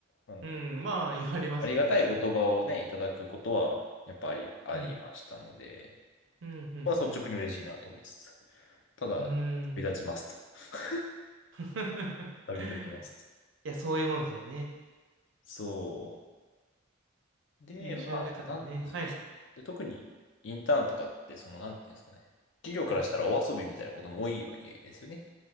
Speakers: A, on the left; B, on the right.
A: あの、
B: うん。まあ、言われますよね、
A: ありがたい言葉をね、
B: それ。
A: いただくことは、やっぱりありましたので、
B: うん。うん。
A: ここは率直に嬉しいなと思いつつ、
B: うん。
A: ただ、
B: うん。う
A: 旅立ちますと。
B: ん
A: <laughs>
B: <laughs>
A: 旅立ちますと。
B: いや、そういうもんですよね。
A: そう。で、
B: 優秀な方はね。
A: まあ、なん、そうそうで、
B: はい。
A: 特にインターンとかって、その、なんていうんですかね、企業からしたらお遊びみたいなことも多いわけですよね。
B: はい。はい。